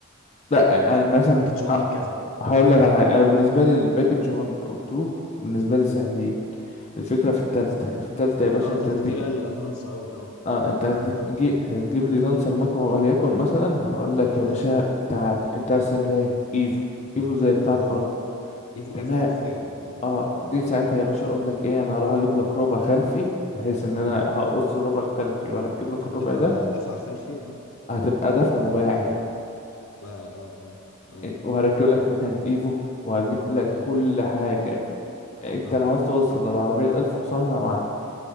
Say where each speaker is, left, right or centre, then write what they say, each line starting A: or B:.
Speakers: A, on the left; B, on the left.
A: لا أنا مثلا
B: باكج 1
A: أ-
B: بكذا
A: هقول لك على حاجة
B: اه
A: أنا بالنسبة لي الباكج 1 أو 2 بالنسبة لي سهلين الفكرة في التالتة في التالتة يا باشا
B: اه
A: انت
B: تالتة
A: هتي...
B: دي بقى الادفانس قوي اه
A: اه انت هتجي...
B: اه
A: هتجيب لي لانسر ماكو وليكن مثلا هقول لك يا
B: اه
A: باشا تعال انت عايز تعمل ايه ايفو
B: مم.
A: ايفو زي بتاعت
B: اه
A: بره
B: ايفو
A: تمام
B: ايفو حرفيا اه
A: اه دي ساعتها يا باشا اقول لك ايه انا هروح اجيب لك ربع خلفي بحيث ان انا
B: مم.
A: هقص الربع الخلفي واركب لك
B: عشان
A: الربع
B: تبقى
A: ده
B: دفع خلفي اه
A: هتبقى دفع رباعي
B: واعي اه اه اه
A: إن- وهركب لك مكنة ايفو وهجيب لك
B: مم.
A: كل حاجة انت
B: اه
A: لو عايز توصل للعربية الالف حصان انا معاك